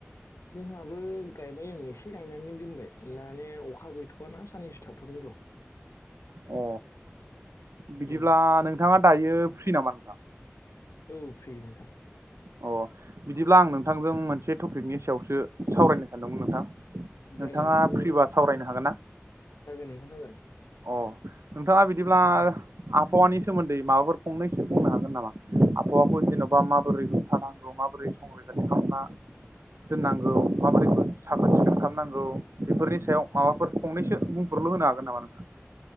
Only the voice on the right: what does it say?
अ
बिदिब्ला नोंथाङा दायो फ्रि नामा नोंथां?
अ बिदिब्ला आं नोंथांजों मोनसे टपिकनि सायावसो सावरायनो नदोंमोन नोंथां
नोंथाङा
फ्रिबा
सावरायनो हागोन ना?
अ नोंथाङा बिदिब्ला आबहावानि सोमोन्दै माबाफोर फंनैसो बुंनो हागोन नामा? आबहावाखौ जेनबा माबोरै होबथानांगौ माबोरै संरैखाथि खालामना दोननांगौ माबोरैफोर साखोन सिखोन खालामनांगौ बेफोरनि सायाव माबाफोर फंनैसो बुंफोरलु होनो हागोन नामा नोंथां?